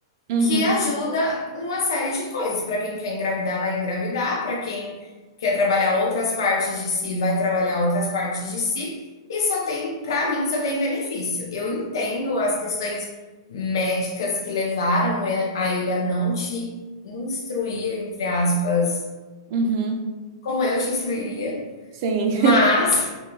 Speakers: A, on the right; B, on the left.
A: Uhum,
B: que ajuda uma série de coisas. Para quem quer engravidar, vai engravidar, para quem quer trabalhar outras partes de si, vai trabalhar outras partes de si, e só tem, para mim, só tem benefício. Eu entendo as questões médicas que levaram a ele a não te instruir, entre aspas,
A: uhum,
B: como eu te instruiria,
A: sim.
B: mas